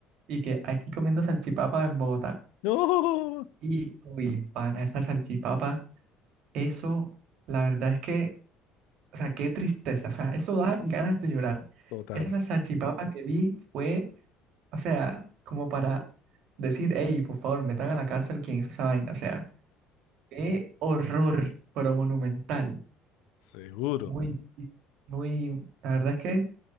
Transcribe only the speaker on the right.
y que aquí comiendo salchipapa en Bogotá.
Y uy, pana, esa salchipapa, eso la verdad es que, o sea, qué tristeza, o sea, eso da ganas de llorar.
Esa sa- salchipapa que vi fue, o sea, como para decir, hey, por favor, metan a la cárcel quien hizo esa vaina, o sea, qué horror, pero monumental.
Muy, muy, la verdad es que